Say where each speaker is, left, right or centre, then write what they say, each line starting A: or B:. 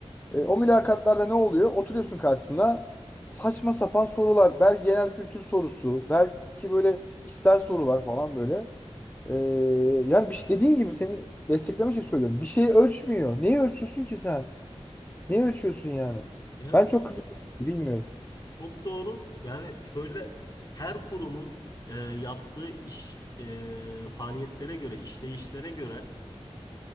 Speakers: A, on the left; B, on the left.
A: e, o mülakatlarda ne oluyor? Oturuyorsun karşısına saçma sapan sorular. Belki genel kültür sorusu, belki böyle kişisel sorular falan böyle. Ee, yani bir şey dediğin gibi seni desteklemek için söylüyorum. Bir şeyi ölçmüyor. Neyi ölçüyorsun ki sen? Neyi ölçüyorsun yani?
B: Ya
A: Ben
B: çok
A: çok kızıyorum. Bilmiyorum.
B: Çok doğru. Yani şöyle her kurumun e, yaptığı iş e, faaliyetlere göre, işleyişlere göre